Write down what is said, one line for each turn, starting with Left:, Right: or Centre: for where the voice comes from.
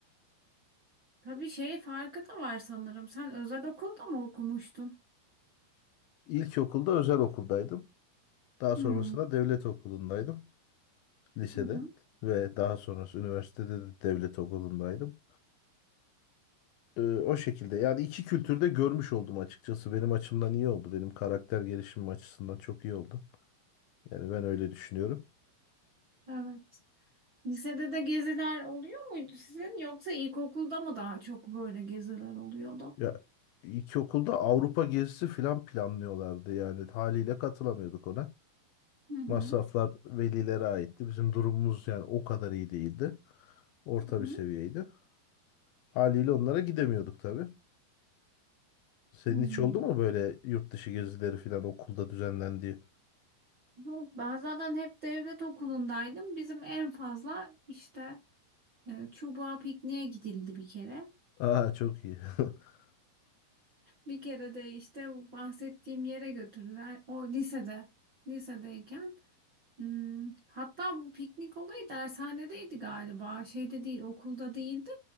Right: Tabii şey farkı da var sanırım. Sen özel okulda mı okumuştun?
Left: İlkokulda özel okuldaydım. Daha
Right: Hmm.
Left: sonrasında devlet okulundaydım lisede
Right: Hı hı.
Left: ve daha sonrası üniversitede de devlet okulundaydım. Ee, o şekilde yani iki kültürde görmüş oldum açıkçası. Benim açımdan iyi oldu. Benim karakter gelişimim açısından çok iyi oldu. Yani ben öyle düşünüyorum.
Right: Evet. Lisede de geziler oluyor muydu sizin yoksa ilkokulda mı daha çok böyle geziler oluyordu?
Left: Ya ilkokulda Avrupa gezisi falan planlıyorlardı yani haliyle katılamıyorduk ona.
Right: Hı hı.
Left: Masraflar velilere aitti. Bizim durumumuz yani o kadar iyi değildi. Orta
Right: Hı
Left: bir
Right: hı.
Left: seviyeydi. Haliyle onlara gidemiyorduk tabii. Senin
Right: Hmm.
Left: hiç oldu mu böyle yurt dışı gezileri falan okulda düzenlendiği?
Right: Yok, ben zaten hep devlet okulundaydım. Bizim en fazla işte e, çubuğa pikniğe gidildi bir kere.
Left: Aa çok iyi. <laughs>
Right: Bir kere de işte bu bahsettiğim yere götürdüler. O lisede, lisedeyken. Hmm, hatta bu piknik olayı dershanedeydi galiba. Şeyde değil, okulda değildi.